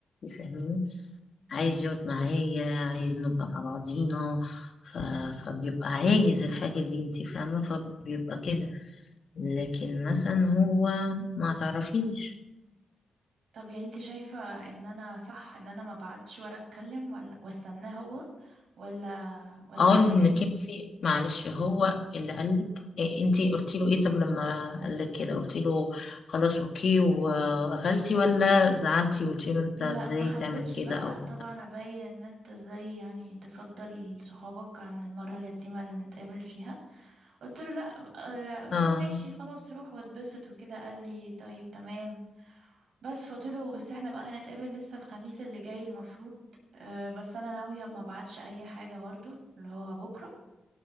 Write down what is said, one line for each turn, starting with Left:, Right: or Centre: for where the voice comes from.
Left: فاهمين عايز يقعد معايا عايز نبقى مع بعضينا ف... فبيبقى عايز الحاجة دي انت فاهمة فبيبقى كده لكن مثلا هو ما تعرفيش
Right: طب يعني انت شايفة ان انا صح ان انا ما بعتش ولا اتكلم ولا واستناه هو ولا ولا
Left: اه
Right: اعمل
Left: لانك
Right: ايه
Left: انت معلش هو اللي قالك إيه انت قلتي له ايه طب لما قالك كده قلتي له خلاص اوكي وقفلتي ولا زعلتي وقلتي له انت
Right: لا
Left: ازاي
Right: ما حبيتش
Left: تعمل كده
Right: بقى
Left: او
Right: طبعا ابين ان انت ازاي يعني تفضل صحابك عن المرة اليتيمة اللي بنتقابل فيها قلت له لا آه، قلت
Left: اه
Right: له ماشي خلاص روح واتبسط وكده قال لي طيب تمام بس فقلتله بس احنا بقى هنتقابل لسه الخميس اللي جاي المفروض آه، بس انا ناوية ما بعتش اي حاجة برضو اللي هو بكرة